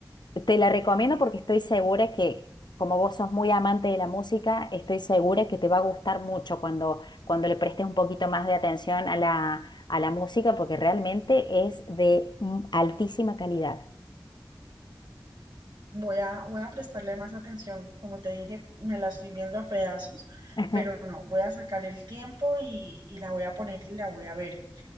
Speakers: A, on the left (about 65°); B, on the right (about 70°).
A: Te la recomiendo porque estoy segura que, como vos sos muy amante de la música, estoy segura que te va a gustar mucho cuando, cuando le prestes un poquito más de atención a la, a la música, porque realmente es de mm, altísima calidad.
B: Voy a, voy a prestarle más atención. Como te dije, me la estoy viendo a pedazos,
A: <laughs>
B: pero no, voy a sacar el tiempo y, y la voy a poner y la voy a ver.